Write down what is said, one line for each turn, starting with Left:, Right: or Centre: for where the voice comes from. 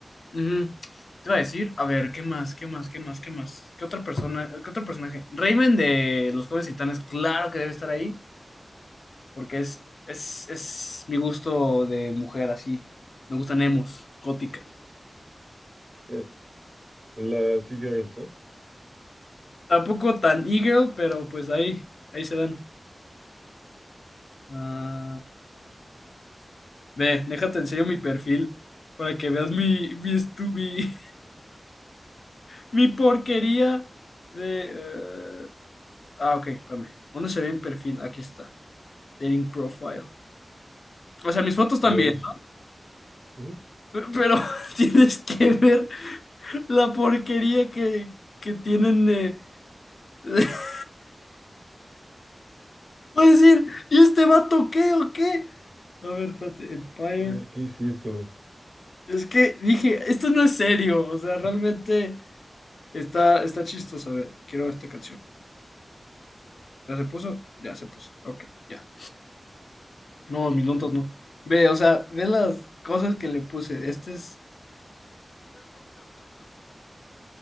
Left: Ujú. Te iba a decir, a ver, ¿qué más? ¿Qué más? ¿Qué más? ¿Qué más? ¿Qué otra persona? ¿Qué otro personaje? Raven de Los Jóvenes Titanes, claro que debe estar ahí. porque es, es, es mi gusto de mujer así. Me gustan emos, góticas.
Right: Eh, En las e-girls, ¿no?
Left: Tampoco tan e-girl, pero pues ahí, ahí se dan. Ah, ve, déjate enseño mi perfil para que veas mi, mi, estu- mi, <laughs> mi porquería de... eh, Ah, ok, espérame. ¿Dónde se ve mi perfil? Aquí está. Dating profile. O sea, mis fotos también,
Right: Veamos.
Left: ¿no?
Right: Ujú.
Left: Pe- Pero <laughs> tienes que ver la porquería que, que tienen de... <laughs> Puedes decir, ¿y este vato qué o qué? A ver, espérate, Empire.
Right: A ver, ¿qué hiciste, bro?
Left: Es que dije, esto no es serio. O sea, realmente está, está chistoso. A ver, quiero esta canción. ¿Ya se puso? Ya se puso. Ok, ya. No, mis notas no. Ve, o sea, ve las cosas que le puse. Este es.